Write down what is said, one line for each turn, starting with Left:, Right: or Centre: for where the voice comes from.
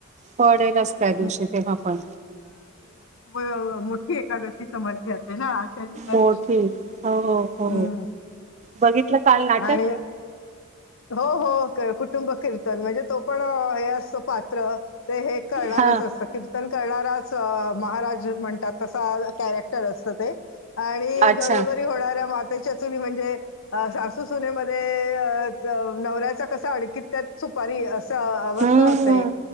Right: पडेलच त्या दिवशी
Left: हम्म.
Right: तेव्हा पण
Left: म मोठी एकादशी समजली जाते ना? आषाढी एकादशी
Right: मोठी हो हो
Left: हम्म
Right: बघितलं काल नाटक?
Left: आणि हो हो क कुटुंब कीर्तन म्हणजे तो पण हे असतो पात्र ते हे कळणारच
Right: हा
Left: अस कीर्तन करणारच महाराज म्हण तस कॅरेक्टर असत ते आणि
Right: अच्छा.
Left: घरोघरी होणाऱ्या माती च्या चुली म्हणजे आ सासू -- सासू सुनेमध्ये अ ते नवऱ्याच्या कशा आडकीत्यात सुपारी अस च अवस्था
Right: हम्म.
Left: असते